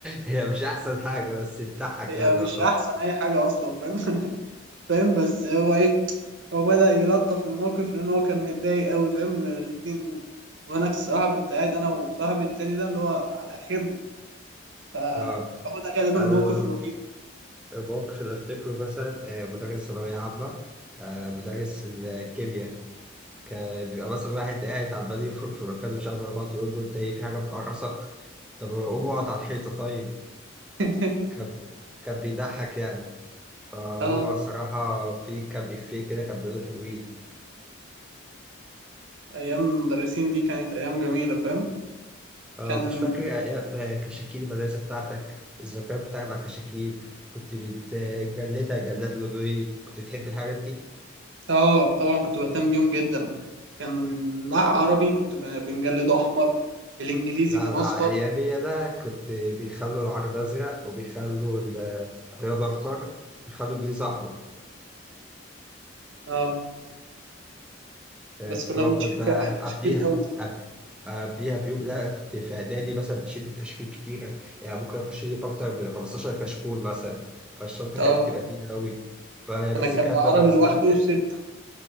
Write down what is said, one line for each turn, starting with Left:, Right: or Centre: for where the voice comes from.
Centre: هي مش أحسن حاجة بس تضحك
Right: هي
Centre: يعني يعتبر
Right: مش احسن اي حاجه اصلا فاهم <laughs> فاهم بس هو ايه هو بدأ يلطف الموقف لان هو كان متضايق قوي فاهم من الاتنين دول وانا الصراحه كنت قاعد انا وصاحبي التاني ده اللي هو على خير ف-
Centre: اه
Right: فهو ده غالبا
Centre: أنا
Right: الموقف
Centre: ال-
Right: الوحيد
Centre: الموقف اللي أفتكره مثلا آه، مدرس ثانوية عامة آه، مدرس الكيمياء كان بيبقى مثلا واحد قاعد عمال يفرك في مكانه مش قادر بعض يقول له أنت إيه في حاجة بتقرصك؟ طب قوم اقعد على الحيطة طيب
Right: <laughs>
Centre: كان كان بيضحك يعني فهو
Right: اه
Centre: صراحة في كام إفيه كده كان بيقولوا حلوين
Right: ايام المدرسين دي كانت ايام جميله فاهم
Centre: اه
Right: كان
Centre: مش فاكر أيام كشاكيل المدرسة بتاعتك الذكريات بتاعتك مع كشاكيل كنت بتجلدها جلاد لونه إيه كنت بتحب الحاجات دي؟
Right: اه طبعا كنت بهتم بيهم جدا كان العربي كنت ب- بنجلده احمر الانجليزي
Centre: لا
Right: كان
Centre: لا،
Right: اصفر
Centre: على أيامي أنا كنت بيخلوا العربي أزرق وبيخلوا الرياضة أخضر بيخلوا الجيزة أحمر
Right: اه
Centre: فكنت
Right: بس كنا
Centre: بفضل
Right: بنشيل
Centre: بقى
Right: ك-
Centre: قبليها
Right: كشكيل قوي
Centre: قبل قبليها بيوم لا كنت في اعدادي مثلا بشيل كشاكيل كتيره يعني ممكن اخش لي في اكتر من 15 كشكول مثلا فالشنطه
Right: اه
Centre: كانت بتبقى تقيله قوي بس
Right: انا كان
Centre: كان
Right: العربي
Centre: ببقى استمتع
Right: لوحده ستة